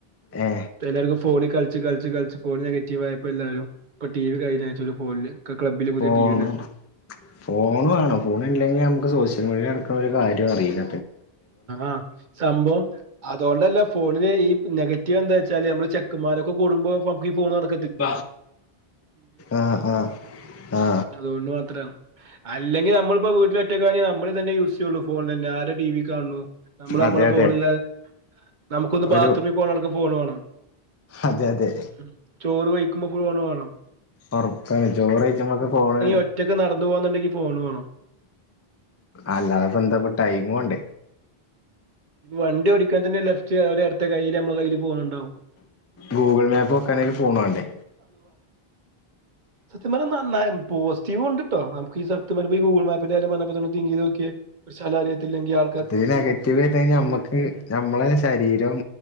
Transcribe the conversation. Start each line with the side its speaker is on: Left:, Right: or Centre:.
Left: ഏ
Right: ഇപ്പെല്ലാർക്കും ഫോണി കളി ച്ച് കൾച്ച് കൾച്ച് ഫോണ് നെഗറ്റീവായപ്പോ എല്ലാരും ഇപ്പൊ ടി വി കയിഞ്ഞഴ്‌ച്ചൊരു ഫോണില് ക്ലബ്ബില് പുതിയ
Left: ഫോണ്
Right: ടി വി തന്നെ എടുത്തു
Left: ഫോണ് വേണം ഫോൺ ഇല്ലെങ്കിൽ നമക്ക് സോഷ്യൽ മീഡിയ നടക്ക് ണ ഒരു കാര്യോറില്ല
Right: ആ സംഭവം അതോണ്ടല്ല ഫോണില് ഈ നെഗറ്റീവെന്താ ച്ചാൽ നമ്മള് ഈചെക്കമാരൊക്കെ കൂടുമ്പോ <unintelligible> ഫോണോ ളൊ
Left: ബ ആ ആ ആ
Right: അതുകൊണ്ട് മാത്രാണ് അല്ലെങ്കി നമ്മള്പ്പോ വീട്ടിലൊറ്റക്കാനെങ്കി നമ്മളിതെനെ യൂസെയ്യൊള്ളൂ ഫോണെന്നെ ആരാ ടി വി കാണു നമ്മള് നമ്മളെ
Left: അതെ അതെ
Right: ഫോണില്ലാതെ നമുക്കൊന്ന്
Left: ഒരു
Right: ബാത്റൂമി പോണ ടെക്കെ ഫോണ് വാണം
Left: അതെ അതെ
Right: ഉം ചോറ് വെയ് ക്ക് മ്മക്ക്‌ ഫോണ് വാണം
Left: ഓർപ്പാണ് ച്ചോറ്യെച്ചുമ്പൊക്കെ ഫോണ്
Right: ഒറ്റക്ക് നടന്നു പോവാന്നുണ്ടെങ്കി ഫോൺ വേണം
Left: അല്ലാതെ പ്പെന്താപ്പം ടൈമോണ്ടേ
Right: വണ്ടി ഓടിക്കാൻ തന്നെ ലെഫ്റ്റ് വരെ എടത്തെ കയ്യില് അമ്മളെ കയ്യില് ഫോണ് ണ്ടാവും
Left: ഗൂഗ്ൾ മാപ്പോക്കാണേലും ഫോണ് വാണ്ടേ
Right: സത്യംപർഞ്ഞാ നന്നായാണ് പോസ് സ്റ്റീവ ഉണ്ട്ട്ടിട്ടോ സത്യം പറഞ്ഞാ ഈ ഗൂഗിൾ മാപ്പ് പ്പിൻ്റെ കാര്യംവന്നപ്പ തന്നേ തിങ്ക് ചെയ്ത് നോക്കെ ഒരു സ്ഥലം അറിയത്തില്ലെങ്കിൽ ആൾ
Left: ഈ നെഗറ്റീവ് വ നമ്മക്ക് നമ്മളെ ശരീരം